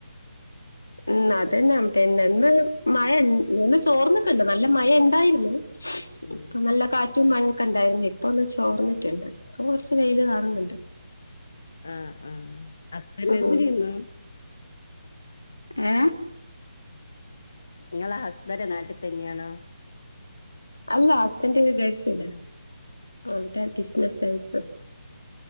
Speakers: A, on the left; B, on the left.
A: ഉ അതന്നാ പിന്നെന്ന് മഴ ന്ന് ചോർന്ന്ക്ക്ണ്ട് നല്ല മഴണ്ടായിര്ന്ന്
B: ഉം
A: ഇപ്പം നല്ല കാ റ്റും മഴൊക്കെണ്ടായിരുന്നേ ഇപ്പ ഒന്ന് ചോർന്നിട്ട്ണ്ട് ഇപ്പൊ കൊറച്ച് വെയില് കാണുന്നുണ്ട്
B: ആ ആ ഹസ്ബൻഡ് എന്ത്
A: ഉം
B: ചെയ്യുന്നു
A: ഏ
B: ങ്ങളെ ഹസ്ബൻറ് നാട്ടിൽ തന്നെയാണോ
A: അല്ല ഹസ്ബൻൻ്റ് ങ്ങ് ഗൾഫിലാ അവടെ ബിസിനസ് ആയിട്ട് <inaudible>